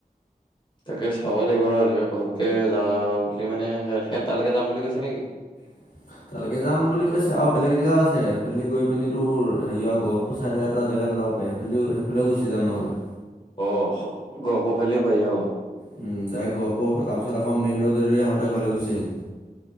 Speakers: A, on the left (about 35°); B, on the left (about 65°).
A: তাকে চাব লাগিব বাৰু এনেকে ঘপকে যাওঁ বুলি মানে সিহঁত তালৈকে যাম বুলি কৈছে নেকি।
B: <inaudible> তালৈকে যাম বুলি কৈছে আৰু বেলেগ জেগাও আছে, সেইফেল গৈ পিনি তোৰ হেৰিয় গহপুৰ চাইড এটা জেগা তাত ওলাব পায় সেইফালও সেইফালও গুচি যাম নহ'লে।
A: অ' গহপুৰ ফালেও পাৰি অ'।
B: উম, ডাইৰেক্ট গহপুৰ তাৰ পাছত আকৌ মেইন ৰোড আহতে ঘৰলৈ গুচি আহিম।